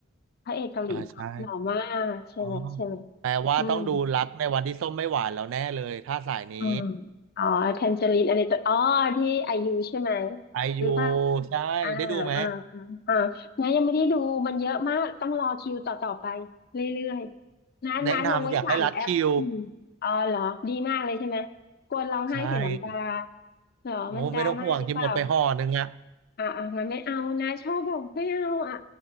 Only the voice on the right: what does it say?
อ่าใช่อ๋อแปลว่าต้องดูรักในวันที่ส้มไม่หวานแล้วแน่เลยถ้าสายนี้
ไอยู
ใช่ได้ดูไหม
แนะนำอยากให้รัดคิว
ใช่
โมไม่ต้องห่วงคิวหมดไปห่อหนึ่งอะ